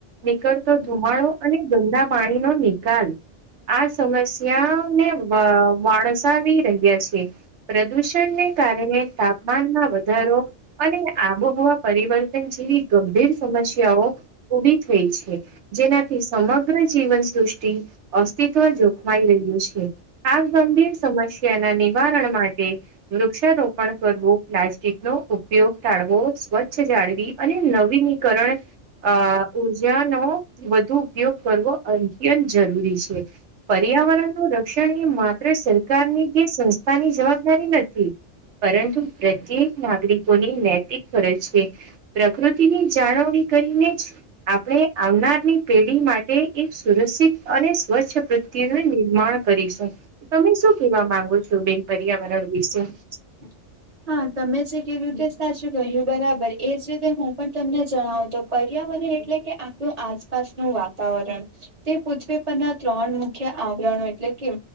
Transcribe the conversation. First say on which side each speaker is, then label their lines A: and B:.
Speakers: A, on the right (about 65°); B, on the right (about 35°).
A: નીકળતો ધુમાડો અને ગંદા પાણીનો નિકાલ આ સમસ્યાને વ વાણસાવી રહ્યા છે. પ્રદૂષણને તાપમાનમાં વધારો અને આબોહવા પરિવર્તન જેવી ગંભીર સમસ્યાઓ ઉભી થઈ છે. જેનાથી સમગ્ર જીવન દૃષ્ટિ અસ્તિત્વ જોખમાઈ રહ્યું છે, આ ગંભીર સમસ્યાના નિવારણ માટે વૃક્ષારોપણ કરવું, પ્લાસ્ટિકનો ઉપયોગ ટાળવો, સ્વચ્છ જાળવી અને નવીનીકરણ અ ઉર્જાનો વધુ ઉપયોગ કરવો અ ત્યંત જરૂરી છે પર્યાવરણનું રક્ષણ એ માત્ર સરકારની કે સંસ્થાની જવાબદારી નથી. પરંતુ પ્રત્યેક નાગરિકોની નૈતિક ફરજ છે, પ્રકૃતિની જાણવણી કરીને જ આપણે આવનારની પેઢી માટે એક સુરક્ષિત અને સ્વચ્છ પૃત્વી નું નિર્માણ કરીશું, તમે શું કેવા માંગો છો બેન? પર્યાવરણ વિશે
B: <inaudible> હા, તમે જે કેવી રીતે સાચું કહ્યું, બરાબર એજ રીતે હું પણ તમને જણાવું, તો પર્યા એટલે કે આપણું આસપાસનું વાતાવરણ, તે પૃથ્વી પરના ત્રણ મુખ્ય આવ રણ એટલે કે